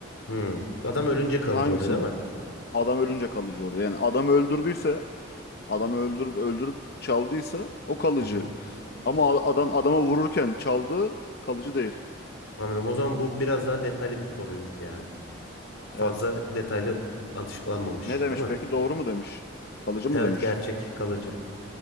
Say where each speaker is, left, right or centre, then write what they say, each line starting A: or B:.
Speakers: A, on the left; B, on the left.
A: Hı. Adam ölünce kalıcı
B: Hangisine?
A: oluyor değil mi?
B: Adam ölünce kalıcı oluyor. Yani adam öldürdüyse, adamı öldürüp öldürüp çaldıysa o kalıcı.
A: Hı hı.
B: Ama a- adam adama vururken çaldığı kalıcı değil.
A: Anladım. O zaman bu biraz daha detaylı bir soruymuş yani. Fazla
B: Evet.
A: detaylı açıklanmamış,
B: Ne demiş
A: değil mi?
B: peki? Doğru mu demiş? Kalıcı
A: Evet,
B: mı demiş?
A: gerçek, kalıcı.